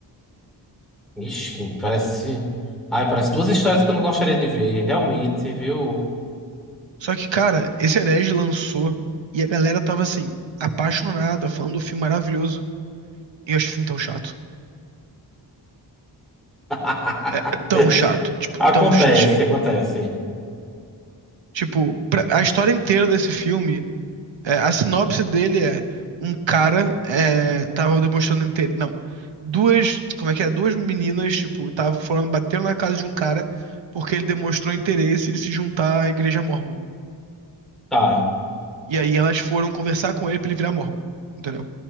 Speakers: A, in the centre; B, on the right (about 85°).
A: Ixi, parece. Ai, parece duas histórias que eu não gostaria de ver, realmente, viu?
B: Só que, cara, esse herege lançou e a galera tava assim, apaixonada, falando do filme maravilhoso. E eu acho o filme tão chato.
A: <laughs>
B: É tão chato, tipo,
A: Acontece,
B: tão chatinho.
A: acontece.
B: Tipo, pra- a história inteira desse filme É, a sinopse dele é um cara é, tava demonstrando interesse. Não, duas. Como é que é? Duas meninas, tipo, estavam falando, bateram na casa de um cara porque ele demonstrou interesse de se juntar à igreja mórmon.
A: Tá.
B: E aí elas foram conversar com ele pra ele virar mórmon, entendeu?